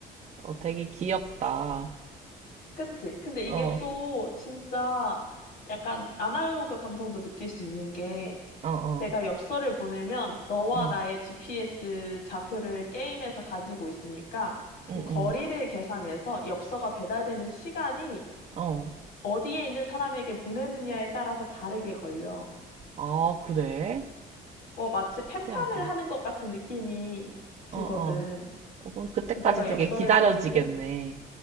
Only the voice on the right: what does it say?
어, 되게 귀엽다.
어,
어, 어,
응,
응,
응,
어.
아, 그래?
신기하다.
어, 어. 어, 그럼 그때까지
되게
기다려지겠네.